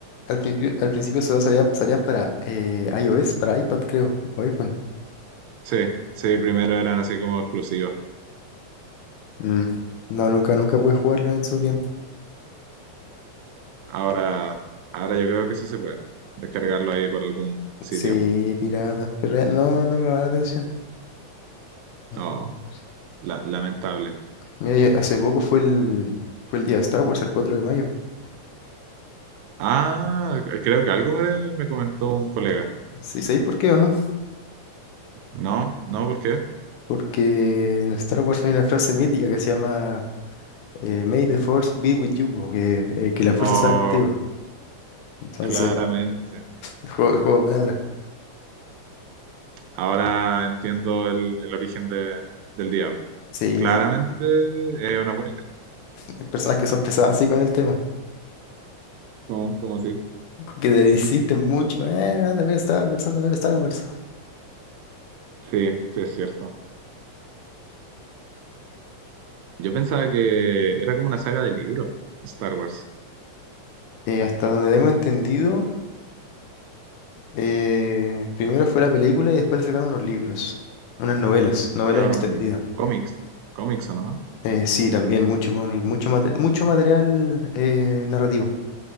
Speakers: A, on the left (about 85°); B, on the right (about 80°).
A: al principio, al principio solo salían, salían para eh, iOS, para iPad creo, o iPhone.
B: Sí, sí, primero eran así como exclusivas.
A: Mm, No, nunca, nunca pude jugarlo en su tiempo.
B: Ahora, ahora yo creo que sí se puede descargarlo ahí por algún sitio.
A: Sí, pirata, pero eh, no, no me va la atención. Mm.
B: Oh, la- lamentable.
A: Mira, ya hace poco fue el, fue el día de Star Wars, el 4 de mayo.
B: Ah, creo que algo me, me comentó un colega.
A: ¿Sí sabéis por qué o no?
B: No, no, ¿por qué?
A: Porque en Star Wars hay una frase mítica que se llama eh, May the Force be with you, po, que, eh, que la fuerza
B: Oh,
A: sea contigo. Entonces,
B: claramente.
A: el juego, el juego de palabras.
B: Ahora entiendo el, el origen de- del diablo.
A: Sí,
B: Claramente
A: sí.
B: es una buena idea.
A: Hay personas que son pesadas así con el tema,
B: ¿Cómo? ¿Cómo así?
A: que le insisten mucho, eh, anda a ver Star Wars, anda a ver Star Wars.
B: Sí, sí, es cierto. Yo pensaba que era como una saga de libro, Star Wars.
A: Eh, hasta donde tengo entendido, eh, primero fue la película y después le sacaron unos libros, unas novelas, novelas
B: Sacaron
A: extendidas.
B: cómics, cómics, ¿o no?
A: Eh, sí, también mucho cómic, mucho, mate- mucho material eh, narrativo,